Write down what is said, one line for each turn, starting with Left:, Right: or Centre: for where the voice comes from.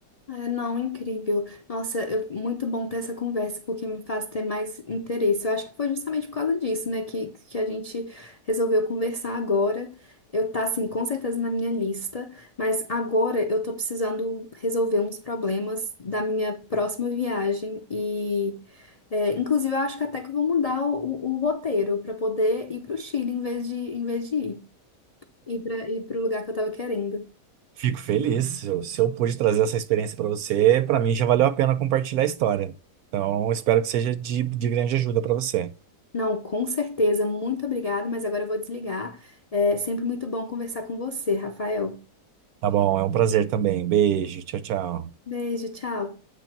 Left: É, não, incrível. Nossa, eu- muito bom ter essa conversa, porque me faz ter mais interesse. Eu acho que foi justamente por causa disso, né, que, que a gente resolveu conversar agora. Eu tá, assim, com certeza na minha lista, mas agora eu tô precisando resolver uns problemas da minha próxima viagem e, é, inclusive, eu acho que até que eu vou mudar o, o roteiro para poder ir pro Chile em vez de, em vez de ir, ir para ir pro lugar que eu tava querendo.
Right: Fico feliz. Se eu, se eu pude trazer essa experiência para você, para mim já valeu a pena compartilhar a história. Então, espero que seja de, de grande ajuda para você.
Left: Não, com certeza. Muito obrigada, mas agora eu vou desligar. É sempre muito bom conversar com você, Rafael.
Right: Tá bom, é um prazer também. Beijo, tchau, tchau.
Left: Beijo, tchau.